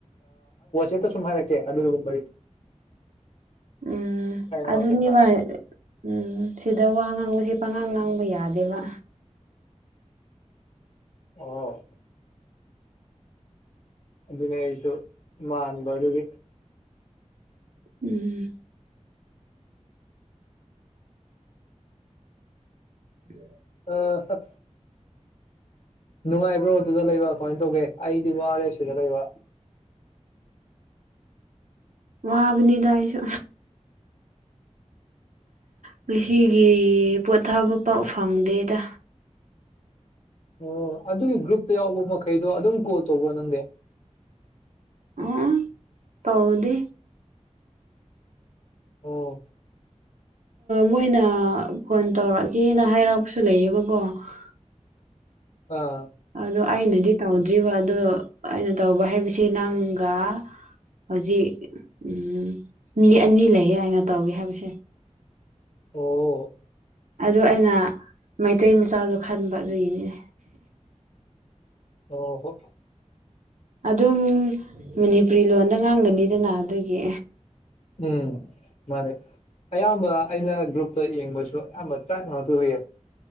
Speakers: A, on the left; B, on the right.
A: ꯦ ꯁꯨꯃꯥꯏꯔꯦ ꯀꯦ ꯑꯗꯨꯒꯨꯝꯕꯔꯤ
B: ꯎꯝ ꯑꯗꯨꯅꯤ
A: ꯋꯥꯆꯦꯞꯇ
B: ꯎꯝ ꯁꯤꯗ ꯋꯥ ꯉꯥꯡ ꯄꯉꯥꯡ ꯉꯥꯡꯕ ꯌꯥꯗꯦꯕ
A: ꯑꯣ ꯑꯗꯨꯅꯦꯁꯨ ꯃꯥꯟꯕꯥꯟꯕꯒꯤ
B: ꯎꯝ ꯎꯝ
A: ꯑꯥ ꯁ ꯅꯨꯡꯉꯥꯏꯕ꯭ꯔꯣ ꯑꯗꯨꯗ ꯂꯩꯕ ꯀꯃꯥꯏꯅ ꯇꯧꯒꯦ ꯑꯩꯗꯤ ꯋꯥ ꯑꯥꯔ ꯑꯦꯐ ꯁꯤꯗ ꯂꯩꯕ
B: ꯋꯥꯕꯅꯤꯗꯥꯥꯏꯁꯨ ꯉꯁꯤꯒꯤ ꯄꯣꯊꯥꯕ ꯄꯥꯎ ꯐꯪꯗꯦꯗ
A: ꯑꯣ ꯑꯗꯨꯒꯤ ꯒ꯭ꯔꯨꯞꯇ ꯌꯥꯎꯕ ꯃꯈꯩꯗꯣ ꯑꯗꯨꯝ ꯀꯣꯜ ꯇꯧꯕꯣ ꯅꯪꯗ
B: ꯑ ꯇꯧꯗꯦ
A: ꯑꯣ
B: ꯃꯣꯏꯅ ꯐꯣꯟ ꯇꯧꯔꯛꯑꯒꯦꯅ ꯍꯥꯏꯔꯛꯄꯁꯨ ꯂꯩꯌꯦꯕꯀꯣ <unintelligible>
A: ꯑꯥ
B: ꯑꯗꯣ ꯑꯩꯅꯗꯤ ꯇꯧꯗ꯭ꯔꯤꯕ ꯑꯗ ꯑꯩꯅ ꯇꯧꯕ ꯍꯥꯏꯕꯁꯤ ꯅꯪꯒ ꯍꯧꯖꯤꯛ ꯎꯝ ꯃꯤ ꯑꯅꯤ ꯂꯩꯌꯦ ꯍꯥꯏꯅ ꯇꯧꯒꯦ ꯍꯥꯏꯕꯁꯦ
A: ꯑꯣ
B: ꯑꯗꯨ ꯑꯩꯅ ꯃꯩꯇꯩ ꯃꯆꯥꯗꯣ ꯈꯟꯕ ꯑꯗꯨꯏꯅꯤꯅꯦ
A: ꯑꯣ ꯍ
B: ꯑꯗꯨꯝ ꯃꯅꯤꯄꯨꯔꯤ ꯂꯣꯟꯗ ꯉꯥꯡꯒꯅꯤꯗꯅ ꯑꯗꯨꯒꯤ
A: ꯎꯝ ꯃꯥꯅꯤ ꯑꯌꯥꯝꯕ ꯑꯩꯅ ꯒ꯭ꯔꯨꯞꯇ ꯌꯦꯡꯕꯁꯨ ꯑꯌꯥꯝꯕ ꯇ꯭ꯔꯥ ꯉꯥꯛꯇ ꯍꯨꯏꯌꯦ